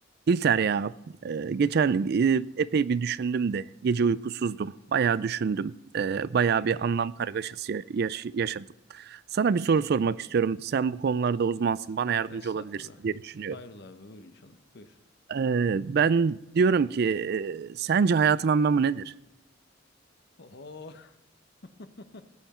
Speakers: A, on the right; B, on the left.
A: İlter ya e, geçen e, epey bir düşündüm de gece uykusuzdum. Bayağı düşündüm. E, bayağı bir anlam kargaşası ya- yaş- yaşadım. Sana bir soru sormak istiyorum. Sen bu konularda uzmansın. Bana yardımcı
B: Estağfurullah.
A: olabilirsin diye düşünüyorum.
B: Hayrola abi buyur inşallah. Buyur.
A: E, ben diyorum ki e, sence hayatın anlamı nedir?
B: Oho. <laughs>